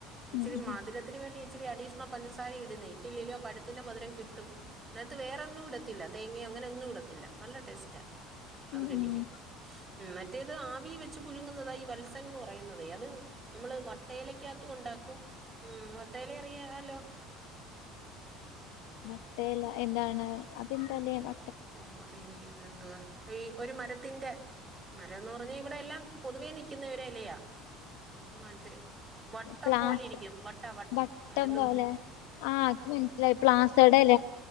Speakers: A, on the right (about 25°); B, on the left (about 80°).
A: ഇച്ചരി
B: ഉം
A: മധുരത്തിന് വേണ്ടി ഇച്ചിരി അഡീഷണ പഞ്ചസാര ഇട്ന്നെ ഇട്ടില്ലേലും ആ പഴത്തിന്റെ മധുരം കിട്ടും നഅത്ത് വേറെൊന്നും ഇടത്തില്ല തേങ്യോ അങ്ങനെ ഒന്നു ഇടത്തില്ല നല്ലടേസ്റ്റാ
B: ഉം
A: അത് കഴിക്ക ഉ മറ്റേത് ആവി വെ പുഴുങ്ങുന്നതാണ് ഈ വത്സൻ എന്ന് പറയുന്നത് അത് നമ്മള് വ ക്യാത്തു ഉണ്ടാക്കും ഉ വട്ടയില അറിയല്ലോ
B: മട്ടേല എന്താണ് അതെന്തലേണ്
A: ഓ അത ഇനി എന്തുവാ ഈ ഒരു മരത്തിന്റ മരന്ന് പറഞ്ഞ ഇവിടെ എല്ലാം പൊതുവേ നിൽക്കുന്ന ഒരുലയ മറ്റേ വട്ടം
B: പ്ലാസ
A: പോലെ ഇരിക്കും വട്ട വ
B: വട്ടം
A: എന്തു
B: പോലെ ആഹ് അത് മനസ്സിലായി പ്ലാസേഡല്ലേ